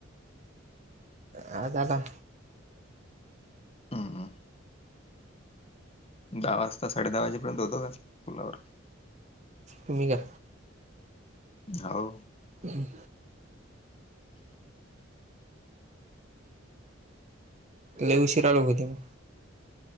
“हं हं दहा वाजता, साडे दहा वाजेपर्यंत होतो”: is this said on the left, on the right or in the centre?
Left